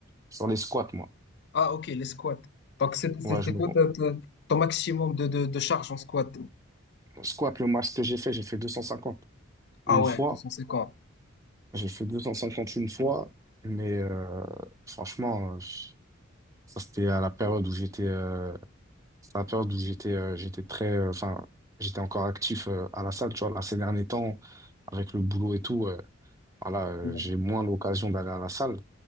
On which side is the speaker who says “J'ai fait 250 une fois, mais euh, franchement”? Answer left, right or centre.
Right